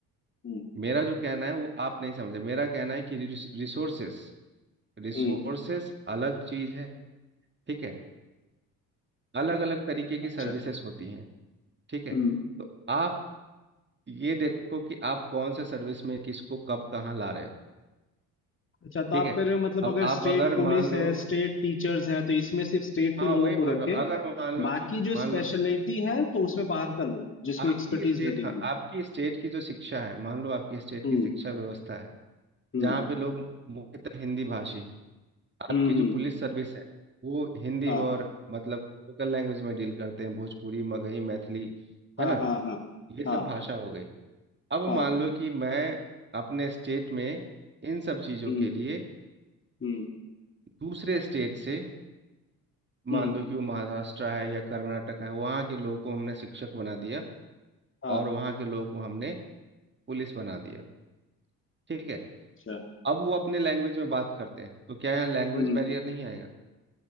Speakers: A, on the left; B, on the right.
A: हम्म
B: मेरा जो कहना है वो आप नहीं समझे मेरा कहना है कि रिसोर्सेस रिसोर्सेस
A: हम्म
B: अलग चीज है ठीक है अलग अलग तरीके की
A: अच्छा
B: सर्विसेज होती हैं ठीक है
A: हम्म
B: तो आप ये देखो कि आप कौन से सर्विस में किसको कब कहाँ ला रहे हो
A: अच्छा तो
B: ठीक
A: आप
B: है
A: कह रहे हो मतलब
B: अब
A: अगर
B: आप
A: स्टेट
B: अगर
A: पुलिस
B: मान
A: है
B: लो
A: स्टेट टीचर्स है तो इसमें सिर्फ स्टेट
B: हाँ
A: के लोगों
B: वही बोल
A: को रखे
B: रहा हूँ अगर मान लो
A: बाकी
B: कि
A: जो
B: मान
A: स्पेशलिटी
B: लो ठीक
A: है तो उसमें बाहर का लोग जिसमें
B: आपकी
A: एक्सपर्टीज
B: स्टेट
A: लगेगी
B: हाँ आपकी स्टेट की जो शिक्षा है मान लो आपकी स्टेट
A: हम्म
B: की शिक्षा व्यवस्था है
A: हम्म
B: जहाँ पे लोग मुख्यतः हिंदी भाषी हैं आपकी
A: हम्म
B: जो
A: हम्म,
B: पुलिस सर्विस है वो हिंदी
A: हाँ
B: और मतलब लोकल लैंग्वेज में डील करते हैं भोजपुरी मगही मैथिली
A: हाँ
B: है ना
A: हाँ हाँ
B: ये सब
A: हाँ
B: भाषा हो गई अब
A: हाँ
B: मान लो कि मैं अपने स्टेट में इन सब चीज़ों
A: हम्म
B: के लिए
A: हम्म
B: दूसरे स्टेट से
A: हम्म
B: मान लो कि वो महाराष्ट्र है या कर्नाटक है वहाँ के लोगों को हमने शिक्षक बना दिया
A: हाँ
B: और वहाँ के लोगों को हमने पुलिस बना दिया ठीक है
A: अच्छा
B: अब वो अपने लैंग्वेज में बात करते हैं तो क्या यहाँ लैंग्वेज
A: हम्म
B: बैरियर नहीं आएगा